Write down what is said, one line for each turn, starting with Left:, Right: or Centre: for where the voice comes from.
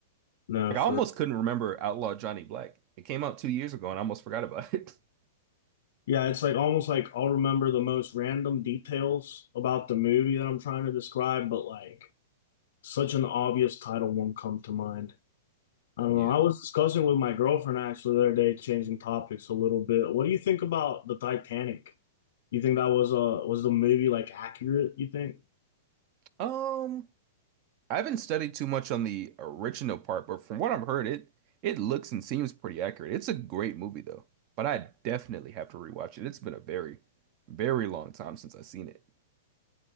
Left: No,
Right: Like
Left: for
Right: I almost couldn't remember Outlaw Johnny Black. It came out two years ago and I almost forgot about it. <laughs>
Left: yeah, it's like almost like I'll remember the most random details about the movie that I'm trying to describe, but like such an obvious title won't come to mind. I don't
Right: Yeah.
Left: know. I was discussing with my girlfriend actually the other day, changing topics a little bit. What do you think about the Titanic? You think that was uh was the movie like accurate, you think?
Right: Um, I haven't studied too much on the original part, but from what I've heard, it it looks and seems pretty accurate. It's a great movie though, but I definitely have to rewatch it. It's been a very, very long time since I've seen it.